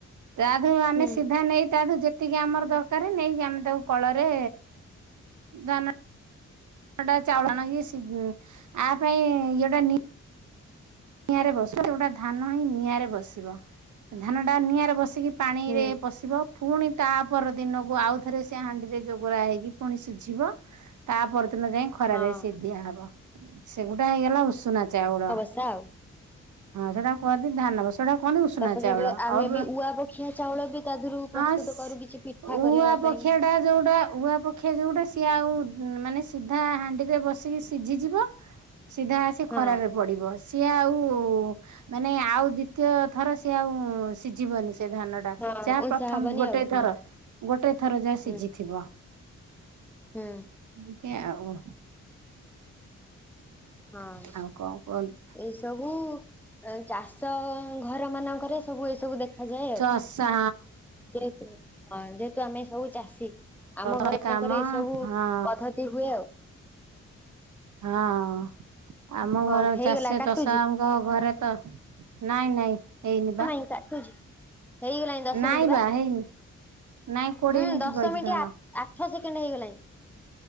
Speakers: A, on the right (about 70°); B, in the centre.
A: ତାୁ ଆମେ
B: ହୁଁ
A: ସିଧା ନେଇ ତାୁ ଯେ ତିକି ଆମର ଦରକାର ନେଇକି ଆମେ ତାକୁ କଳରେ ଧାନ <unintelligible> ନିଆଁରେ ବସ ସେଉଟା ଧାନ ହିଁ ନିଆଁରେ ବସିବ ଧାନ ଟା ନିଆଁରେ ବସିକି ପାଣି
B: ହୁଁ
A: ରେ ପସିବ ପୁଣି ତା ପର ଦିନକୁ ଆଉଥରେ ସେ ହାଣ୍ଡି ରେ ଜୋଗରା ହେଇକି ପୁଣି ସିଝିବ ତା ପରଦିନ ଯାଇ ଖରାରେ
B: ହଁ
A: ସେିଏ ଦିଆହବ ସେଗୁଟା ହେଇଗଲା ଉଷୁନା ଚାଉଳ।
B: ସାଓ
A: ହଁ ସେଟା କୁହନ୍ତି ଧାନ ବସ ସେଟା କୁହନ୍ତି ଉଷୁନା
B: ତାପରେ
A: ଚାଉଳ
B: ଆମେ
A: ଅରୁଆ
B: ବି ଉଆପଖିଆ ଚାଉଳ ବି ତା ଦେହରୁ ପ୍ରସ୍ତୁତ
A: ହଁ ସେ
B: କରୁ କିଛି ପିଠା କରିବା
A: ଉଆ
B: ପାଇଁ।
A: ପକ୍ଷିଆ ଟା ଯେଉଁଟା ଉଆ ପକ୍ଷିଆ ଯେଉଁଟା ସିଏ ଆଉ ମାନେ ସିଧା ହାଣ୍ଡିରେ ବସିକି ସିଝିଯିବ ସିଧା ଆସି
B: ହଁ
A: ଖରାରେରେ ପଡିବ। ସିଏ ଆଉ ମାନେ ଆଉ ଦ୍ଵିତୀୟ ଥର ସିଏ ଆଉ ସିଝିବନି ସେ ଧାନ।
B: ହଁ
A: ଚା
B: ଉଁଷା
A: ପ୍ରଥମ
B: ହବନି
A: ଗୋଟେ
B: ଆଉ
A: ଥର
B: ହଁ
A: ଗୋଟେ ଥର ଯାହା ସିଝିଥିବ।
B: ହୁଁ ହୁଁ,
A: ଓକେ ଆଉ,
B: ହଁ,
A: ଆଉ କଣ କୁହନ୍ତୁ
B: ଏଇ ସବୁ, ଚାଷ ଘର ମାନଙ୍କରେ ସବୁ ଏ ସବୁ ଦେଖ ଦେଖା ଯାଏ ଆଉ,
A: ଚଷା
B: ଯେହେତୁ ହଁ ଯେହେତୁ ଆମେ ସବୁ ଚାଷୀ। ଆମ
A: ହଁ
B: ଘର
A: କାମ
B: ପାଖରେ ଏଇ ସବୁ
A: ହଁ
B: ପଦ୍ଧତି ହୁଏ। ଆଉ
A: ହଁ ଆମ ଘର
B: ହଁ ହେଇଗଲା
A: ଚାଷେ
B: କାଟୁଛି
A: ଚଷଙ୍କ ଘରେ ତ ନାଇଁ ନାଇଁ ହେଇନି ବା
B: ମୁଁ କାଟୁଛି। ହେଇଗଲାଣି ଦଶ
A: ନାଇଁ
B: ମିନିଟ୍ ବା।
A: ହେଇନି ନାଇଁ କୋଡିଏ
B: ହୁଁ
A: ମିନିଟ୍
B: ଦଶ
A: କହିଛି
B: ମିନିଟ,
A: ଧନ।
B: ଆଠ ସେକେଣ୍ଡ ହେଇଗଲାଣି।